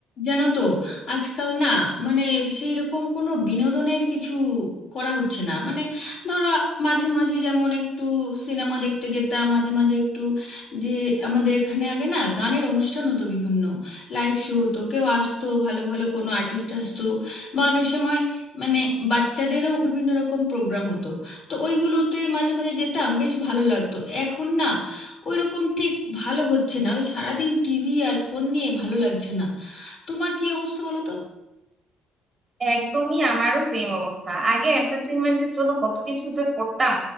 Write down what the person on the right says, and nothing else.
একদমই আমারও সেম অবস্থা আগে এন্টারটেনমেন্টের জন্য কত কিছু যে করতাম